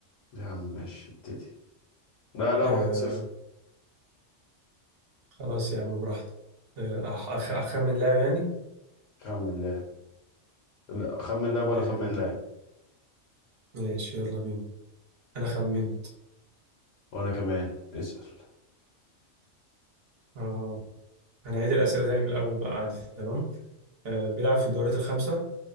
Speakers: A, on the left; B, on the right.
A: يا عم ماشي ابتدي لا لا
B: آه،
A: واحد صفر
B: خلاص يا عم براحتك آه، أخ أخ- أخمن لاعب يعني
A: خمن لاعب لا خمن لاعب وانا
B: آه،
A: خمن لاعب
B: ماشي يلا بينا أنا خمنت
A: وانا كمان اسأل
B: آه هنعيد الأسئلة تاني من الأول بقى عادي تمام آه بيلعب في الدوريات الخمسة